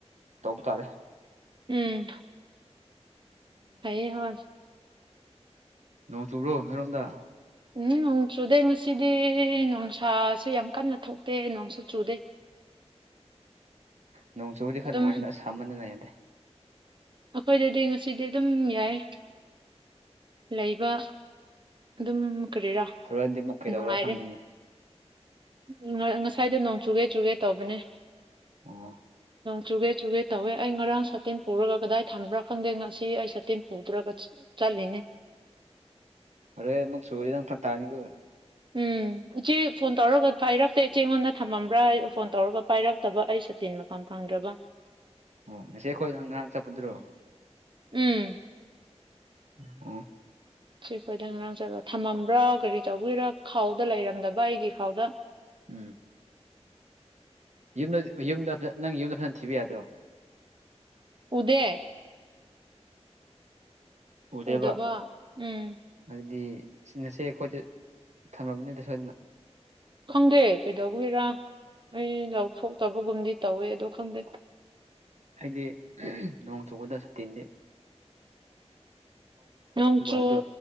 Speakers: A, on the right (about 80°); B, on the right (about 45°).
A: ꯇꯧꯕ ꯇꯥꯔꯦ
B: ꯎꯝ ꯐꯩꯌꯦ ꯍꯣꯏ
A: ꯅꯣꯡ ꯇꯨ꯭ꯔꯣ ꯅꯔꯣꯝꯗ
B: ꯎꯝ ꯅꯣꯡ ꯆꯨꯗꯦ ꯃꯁꯤꯗꯤ ꯅꯣꯡꯁꯥꯁꯨ ꯌꯥꯝ ꯀꯟꯅ ꯊꯣꯛꯇꯦ ꯅꯣꯡꯁꯨ ꯆꯨꯗꯦ
A: <inaudible> ꯅꯣꯡ ꯆꯨꯕꯗꯤ ꯈꯔꯅꯨꯡꯉꯥꯏꯅ
B: ꯑꯗꯨꯝ
A: ꯑꯁꯝꯃꯅꯗꯦ
B: ꯑꯩꯈꯣꯏꯗꯗꯤ ꯉꯁꯤꯗꯤ ꯑꯗꯨꯝ ꯌꯥꯏ ꯂꯩꯕ ꯑꯗꯨꯝ ꯀꯔꯤꯔꯣ
A: ꯍꯣꯔꯦꯟꯗꯤ ꯑꯃꯨꯛ ꯀꯩꯗꯧꯔꯥ
B: ꯅꯨꯡꯉꯥꯏꯔꯦ
A: ꯈꯪꯗꯦꯅꯦ
B: ꯎ ꯉꯁꯥꯏꯗ ꯅꯣꯡ ꯆꯨꯒꯦ ꯆꯨꯒꯦ ꯇꯧꯕꯅꯦ
A: ꯑꯣ
B: ꯆꯨꯒꯦ ꯆꯨꯒꯦ ꯇꯧꯋꯦ ꯑꯩ ꯉꯔꯥꯡ ꯁꯥꯇꯤꯟ ꯄꯨꯔꯒ ꯀꯗꯥꯏ ꯊꯅꯕ꯭ꯔꯥ ꯈꯪꯗꯦ ꯉꯁꯤ ꯑꯩ ꯁꯥꯇꯤꯟ ꯄꯨꯗ꯭ꯔꯒ ꯆꯂꯤꯅꯦ
A: ꯑꯔꯦ ꯃꯨ ꯆꯒꯔꯤꯗ ꯊ ꯇꯥꯅꯤꯒ
B: ꯎꯝ ꯏꯆꯦ ꯐꯣꯟ ꯇꯧꯔꯒ ꯄꯥꯏꯔꯛꯇꯦ ꯏꯆꯦꯉꯣꯟꯗ ꯊꯝꯃꯝꯕ꯭ꯔꯥ ꯐꯣꯟ ꯇꯧꯔꯒ ꯄꯥꯏꯔꯛꯇꯕ ꯑꯩ ꯁꯇꯤꯟ ꯃꯐꯝ ꯐꯪꯦ ꯕ
A: ꯑꯣꯁꯦꯈꯣꯏꯗꯪ ꯅ ꯆꯠꯄꯗ꯭ꯔꯣ
B: ꯎꯝ
A: ꯑ
B: ꯁꯤ ꯑꯩꯈꯣꯏꯗꯪ ꯉꯔꯥꯡ ꯆꯠꯂꯣ ꯊꯝꯃꯝꯕ꯭ꯔꯥ ꯀꯔꯤ ꯇꯧꯕꯤꯔ ꯈꯥꯎꯗ ꯂꯩꯔꯝꯗꯕ ꯑꯩꯒꯤ ꯈꯥꯎꯗ
A: ꯎꯝ ꯅꯪ ꯌꯨꯝꯗꯖ ꯅꯪ ꯌꯨꯝꯗ ꯐꯖꯅ ꯊꯤꯕ ꯌꯥꯗ꯭ꯔꯣ
B: ꯎꯗꯦ
A: ꯎꯗꯦꯕ
B: ꯎꯗꯕ ꯎꯝ
A: ꯍꯥꯏꯗꯤ ꯁꯤꯅꯁꯦ ꯑꯩꯈꯣꯏꯗ ꯊꯝꯃꯕꯅꯤꯗ ꯁꯣꯏꯗꯅ
B: ꯈꯪꯗꯦ ꯀꯩꯗꯧꯕ ꯍꯔ ꯑꯩ ꯂꯧꯊꯣꯛꯇꯕꯒꯨꯝꯗꯤ ꯇꯧꯋꯦ ꯑ ꯈꯪꯗꯦ
A: ꯍꯥꯏꯗꯤ ꯅꯣꯡ ꯆꯨꯕꯗ ꯁꯇꯤꯟꯗꯤ
B: ꯅꯣꯡꯆꯨ
A: ꯑꯗꯣ